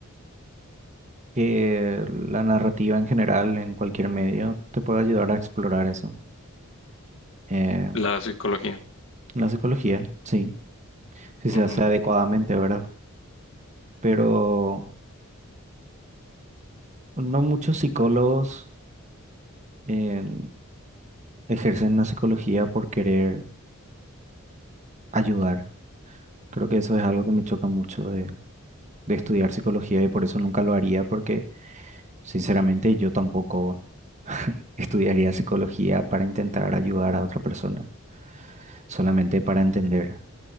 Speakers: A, on the right; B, on the left.
A: que la narrativa en general en cualquier medio te puede ayudar a explorar eso. Eh,
B: La psicología.
A: la psicología, sí, si
B: Ujú,
A: se hace adecuadamente, ¿verdad? Pero no muchos psicólogos em, ejercen la psicología por querer ayudar. Creo que eso es algo que me choca mucho de, de estudiar psicología y por eso nunca lo haría, porque sinceramente yo tampoco <laughs> estudiaría psicología para intentar ayudar a otra persona, solamente para entender.